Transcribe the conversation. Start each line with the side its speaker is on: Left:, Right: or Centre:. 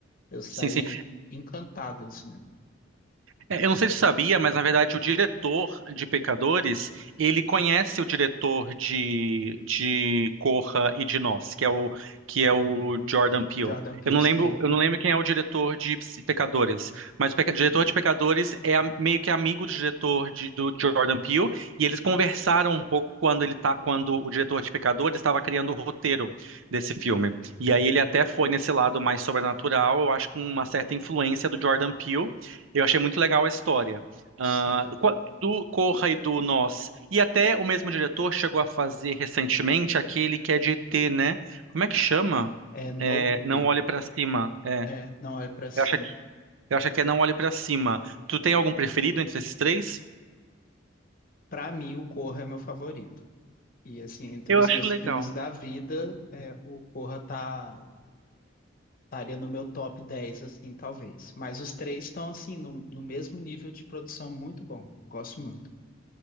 Left: Eu saí
Right: Sim, sim.
Left: encantado do cinema.
Right: É, Eu não sei se você sabia, mas na verdade o diretor de Pecadores, ele conhece o diretor de, de Corra e de Nós, que é o que é o Jordan Peele.
Left: Jordan Peele,
Right: Eu não
Left: sim,
Right: lembro, eu não lembro quem é o diretor de Ps- Pecadores, mas o peca- diretor de Pecadores é am- meio que amigo do diretor de- do Jordan Peele, e eles conversaram um pouco quando ele tá, quando o diretor de Pecadores estava criando o roteiro desse filme. E aí ele até foi nesse lado mais sobrenatural, eu acho com uma certa influência do Jordan Peele. Eu achei muito legal a história. Ah,
Left: sim.
Right: co- do Corra e do Nós. E até o mesmo diretor chegou a fazer recentemente aquele que é de ET, né? Como é que chama?
Left: É Nope,
Right: É, Não Olhe Pra Cima. É,
Left: é Não Olhe Pra Cima.
Right: eu acho que, eu acho que é Não Olhe Pra Cima. Tu tem algum preferido entre esses três?
Left: Pra mim, o Corra é meu favorito. E assim, entre
Right: Eu
Left: os
Right: acho
Left: meus
Right: legal.
Left: filmes da vida, é, o Corra tá, Estaria no meu top 10 assim, talvez. Mas os três estão, assim, no, no mesmo nível de produção muito bom. Gosto muito.